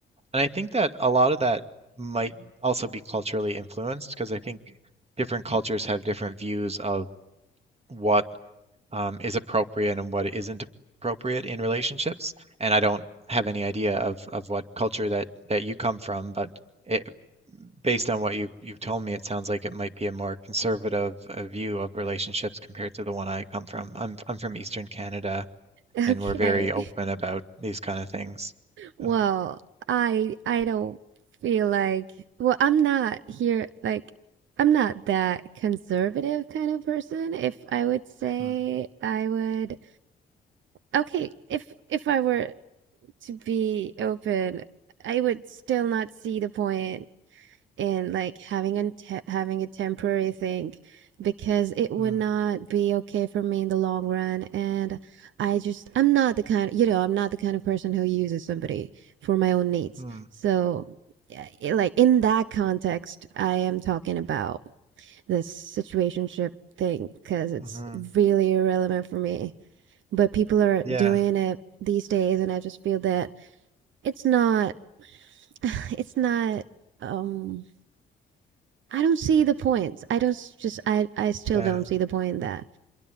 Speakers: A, on the right (about 30°); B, on the right (about 75°).
A: and I think that a lot of that might also be culturally influenced because I think different cultures have different views of what um, is appropriate and what isn't appropriate in relationships. And I don't have any idea of of what culture that that you come from, but it, based on what you you've told me, it sounds like it might be a more conservative uh, view of relationships compared to the one I come from. I'm I'm from Eastern Canada,
B: Okay.
A: and we're very open about these kind of things.
B: Well,
A: Um,
B: I I don't feel like well, I'm not here like I'm not that conservative kind of person. If I would say
A: mm,
B: I would Okay, if if I were to be open, I would still not see the point in like having a te having a temporary thing because it would
A: mm,
B: not be okay for me in the long run. And I just I'm not the kind, you know, I'm not the kind of person who uses somebody for my own needs.
A: mm,
B: So, yeah, it- like in that context, I am talking about this situationship thing because it's
A: mhm.
B: really irrelevant for me but people are
A: Yeah,
B: doing it these days and I just feel that it's not <sighs> it's not um I don't see the points. I don't just I I still
A: yeah.
B: don't see the point in that,